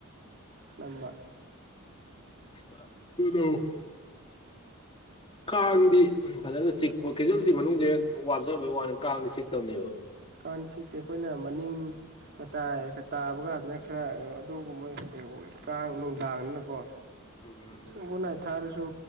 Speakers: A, on the right; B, on the left.
A: ꯑꯅꯝꯕ
B: <unintelligible> ꯀꯥꯡꯗꯤ ꯐꯖꯅ ꯆꯤꯛꯄ ꯀ‌ꯦꯖꯨꯜꯇꯤ ꯃꯅꯨꯡꯁ‌ꯦ ꯋꯥꯖꯕꯩ ꯋꯥꯅꯤ ꯀꯥꯡꯗꯤ ꯆꯤꯛꯇꯕꯅꯦꯕ
A: ꯀꯥꯡ ꯆꯤꯛꯇ‌ꯦ ꯑꯩꯈꯣꯏꯅ ꯃꯅꯤꯡ ꯃꯇꯥꯏ ꯇꯥꯕꯒꯥꯟꯗꯅ ꯈꯔ ꯑꯗꯨꯒꯨꯝꯕ ꯀꯩ ꯑꯣꯏ ꯀꯥꯡ ꯅꯨꯡꯗꯥꯡꯗꯅꯀꯣ
B: ꯎꯝ
A: ꯒꯨꯠꯅꯥꯏꯠ ꯊꯥꯔꯁꯨ